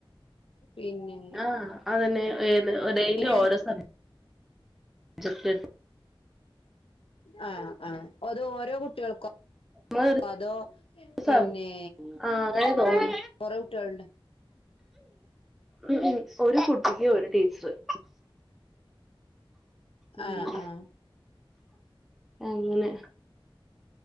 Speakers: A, on the left; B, in the centre.
A: പിന്നെ
B: ആഹ് അതന്നെ ഏത് ഡെയിലി
A: പിന്നെ
B: ഓരോ സബ് ജക്റ്റ്
A: ആ ആ അത് ഓരോ കുട്ടികൾക്കോ?
B: നമ്മള്
A: അതോ?
B: ഒരു
A: പിന്നെ
B: സ ആഹ് അങ്ങനെ തോന്നി
A: കൊറ കുട്ടികളുണ്ട്.
B: ഉം ഉം ഒരു കുട്ടിക്ക് ഒരു ടീച്ചറ് ഉം
A: ആ ആ
B: അങ്ങനെ